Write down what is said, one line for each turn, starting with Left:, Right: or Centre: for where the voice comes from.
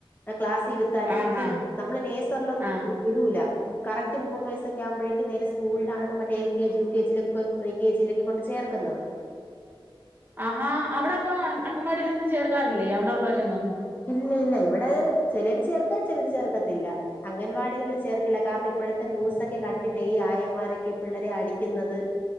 Left: ക്‌ളാസി താലേ
Right: ആഹാ
Left: ചെ ഞമ്മള് നെയ്സർ നൊന്നും
Right: ആഹ്
Left: വിടൂല കറക്റ്റ് മൂന്ന് വയസ്സ്‌ക്ക ആവുമ്പോയ്‌ക്ക് നേരെ സ്കൂളിലാണ് മറ്റേ L K G U K G ലൊക്കെ എൽ കെ ജി കൊണ്ട് ചെ ർക്കുന്നത്
Right: അ ഹാ അവ്ടപ്പം അംഗലാവടീലൊന്നും ചേർക്കാറില്ലേ അവിടെള്ളോരൊന്നും
Left: ഇല്ല ഇല്ല ഇവിടെ ചെലൊര് ചേർക്കും ചെലൊരു ചേർക്കത്തില്ല അംഗലാവാടികളിൽ ചേർക്കില്ല കാരണം ഇപ്പഴത്തെ ന്യൂസക്കെ കണ്ടിട്ട് ഈ ആയമ്മാരോക്കെ പിള്ളേരെ അടിക്കുന്നത്